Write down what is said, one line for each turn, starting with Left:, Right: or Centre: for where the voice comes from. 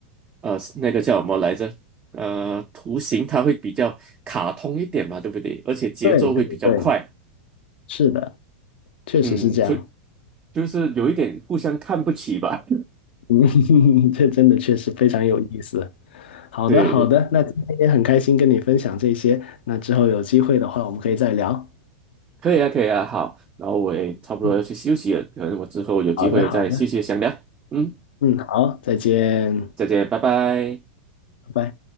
Right: 呃那个叫什么来着？呃，图形它会比较卡通一点嘛，对不对？而且节奏会比较快，
Left: 对对对，是的，确实是这样，
Right: 嗯，所以就是有一点互相看不起吧，
Left: 嗯，<laughs> 这真的确实非常有意思。好的好的，
Right: <laughs> 对对。
Left: 那今天也很开心跟你分享这些，那之后有机会的话我们可以再聊。
Right: 可以啊，可以啊，好，然后我也差不多要去休息了，
Left: 嗯，
Right: 可能我之后有机会再继续详聊。
Left: 好的，好的，
Right: 嗯，
Left: 嗯，好，再见，
Right: 再见，拜拜。
Left: 拜拜。